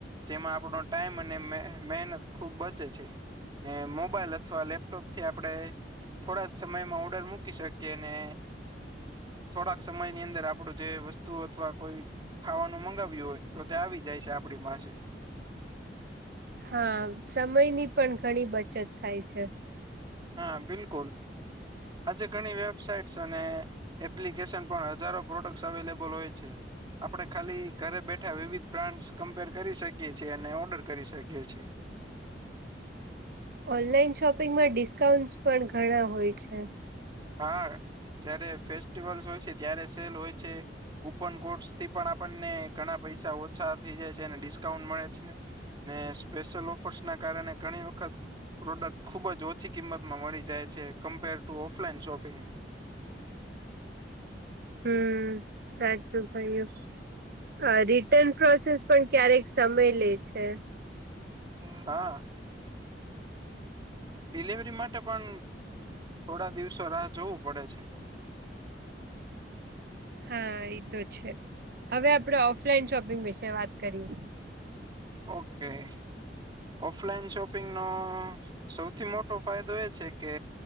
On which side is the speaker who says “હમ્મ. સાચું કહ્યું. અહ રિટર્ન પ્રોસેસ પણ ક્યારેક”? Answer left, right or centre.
Right